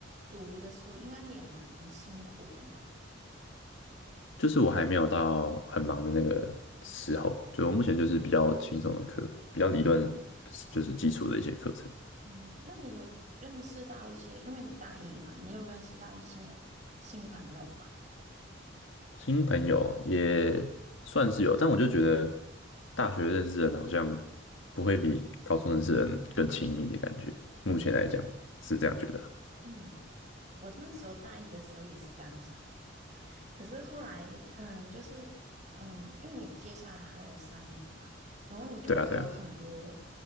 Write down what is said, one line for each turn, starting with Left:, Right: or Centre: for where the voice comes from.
Right: 读的时候应该也蛮辛苦的嘛。辛，
Left: 就是我还没有到很忙的那个时候，就我目前就是比较轻松的课，比较理论，
Right: 嗯
Left: 就是基础的一些课程。
Right: 嗯，那你有认识到一些，因为你大一嘛，你有认识到一些新朋友吗？
Left: 新朋友也算是有，但我就觉得大学认识的人好像不会比高中认识的人更亲密的感觉。目前来讲是这样觉得。
Right: 嗯，我那时候大一的时候也是这样想，可是后来可能就是，嗯，因为你接下来还有三年嘛，然后你就会有很多
Left: 对啊，对啊，